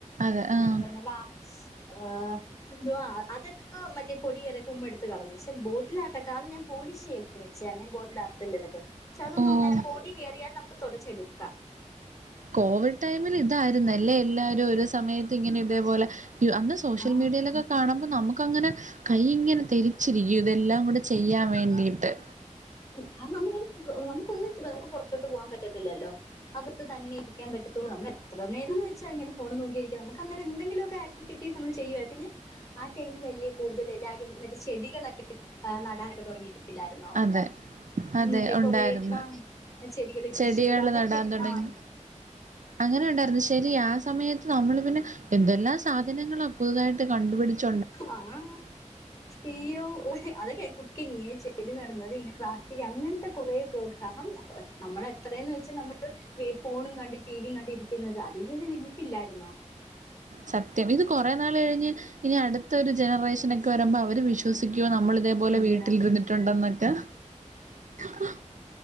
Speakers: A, on the right (about 75°); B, on the left (about 25°).
A: അതെ
B: <unintelligible>
A: ആഹ്
B: ആഹ് എന്തുവാ അതക്ക മറ്റേ പൊടി എര ഉമ്മഎടുത്ത് കളഞ്ഞ് ശെ ബോട്ടിലാർട്ടൊക്കെ അത് ഞാൻ പോളിഷയ്ത് വെച്ചെആണ് ബോട്ടിൽ ആാർട്ടില്ലതൊക്കെ ശെ അതൊന്നു
A: ഓഹ്
B: അങ്ങനെ റിയാൽ നമുക്ക് തൊടച്ചെടുക്കാം.
A: കോവി ടൈമിൽ ഇതായിരുന്നല്ലേ എല്ലാരും ഒരു സമയത്ത് ഇങ്ങനെ ഇതേപോലെ അന്ന് സോഷ്യൽ
B: ആഹ്
A: മീഡിയയിലൊക്കെ കാണുമ്പോ നമുക്കങ്ങനെ കൈയ്യിങ്ങനെ തരി ച്ചിരിക്കും ഇതെല്ലാം കുടെ ചെയ്യാൻ വേണ്ടിയിട്ട്.
B: കാരണം അങ്ങനൊരു നമുക്ക് ഒന്നിച്ച് നമുക്ക് പുറത്തോട്ട് പോകാൻ പറ്റത്തില്ലല്ലോ അകത്ത് തന്നെ ഇരിക്കാൻ പറ്റത്തുള്ളൂ നമ്മടെ ത്രനേരന്ന് വ ച്ചങ്ങനെ ഫോണുന്നോക്കിയിരിക്കാ നമുക്കന്നേരം എന്തെങ്കിലൊക്കെ ആക്ടിവിറ്റീസ് നമ്മള് ചെയ്യുവ പിന്നെ ആ ടൈമിലല്ലേ കൂടുതൽ എല്ലാവരും ന്നിട്ട് ചെടികളൊക്കെ നടാനൊക്കെ തുടങ്ങിയിട്ട് ല്ലാരുന്നോ
A: അതെ അതെ
B: മറ്റേ കൊറേ
A: ഉണ്ടായിരുന്നു
B: മാ ചെ ടികൾ കൃഷികൾ
A: ചെടികൾ
B: അതൊക്കെ
A: നടാൻ തുടങ്ങി
B: ആഠ
A: അങ്ങനെ ഉണ്ടായിരുന്നു ശരി ആ സമയത്ത് നമ്മള് പിന്നെ എന്തെല്ലാ സാധനങ്ങള പുതുതായിട്ട് കണ്ടുപിടിച്ചു
B: ആ ആ ഇയ്യോ ഉഹ് അതൊക്കെ കുക്കിങ് ചെടി നടന്നത്ങ്ങനെ പ്ലാസ്റ്റിക്ക് അങ്ങൻത്തെ കുറേ പ്രോഗ്ര ണം നമ്മൾ നമ്മളെത്രേന്ന് വെച്ച് നമ്മള് ഹേ ഫോണും കണ്ട് ടി ടി വി കണ്ടിരിക്കുന്നത് അതിലൊരു ലിമിറ്റില്ലായിരുന്നോ.
A: സത്യം ഇത് കുറേ നാളെഴിഞ്ഞ് ഇനി അടുത്തൊരു ജനറേഷനൊക്കെ വരുമ്പോ അവര് വിശ്വസിക്ക യ്യോ നമ്മൾ ഇതേപോലെ
B: ഇല്ല
A: വീട്ടിലിരുന്നിട്ടുണ്ടോന്നിട്ട് എ ആഹ്